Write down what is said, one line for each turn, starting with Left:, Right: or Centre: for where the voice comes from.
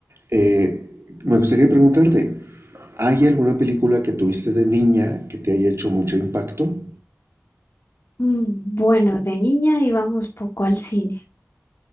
Right: eh, me gustaría preguntarte, ¿hay alguna película que tuviste de niña que te haya hecho mucho impacto?
Left: Mm, Bueno, de niña íbamos poco al cine